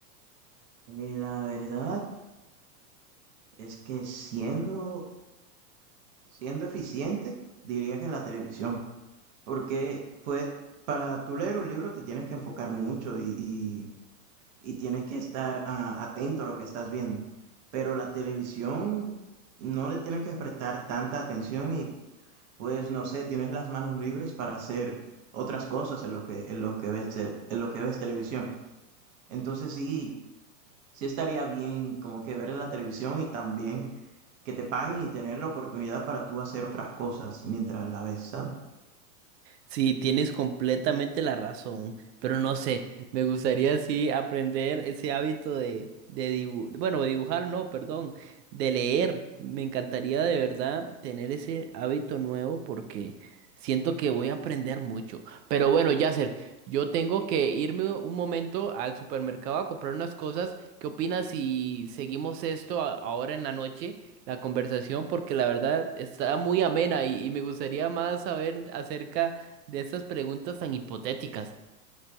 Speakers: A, on the right; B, on the right.
A: Eh, La verdad es que siendo, siendo eficiente, diría que la televisión. Porque, pues, para tú leer un libro te tienes que enfocar mucho y, y- y tienes que estar ah, atento a lo que estás viendo. Pero la televisión no le tienes que prestar tanta atención y, pues, no sé, tienes las manos libres para hacer otras cosas en lo que, en lo que ves, tel- en lo que ves televisión. Entonces sí, sí estaría bien como que ver la televisión y también que te paguen y tener la oportunidad para tú hacer otras cosas mientras la ves, ¿sabes?
B: Sí, tienes completamente la razón, pero no sé, me gustaría sí aprender ese hábito de, de dibujar, bueno, de dibujar no, perdón, de leer. Me encantaría de verdad tener ese hábito nuevo porque siento que voy a aprender mucho. Pero bueno, Yasser, yo tengo que irme un momento al supermercado a comprar unas cosas. ¿Qué opinas si seguimos esto a- ahora en la noche? la conversación porque la verdad está muy amena y, y me gustaría más saber acerca de esas preguntas tan hipotéticas.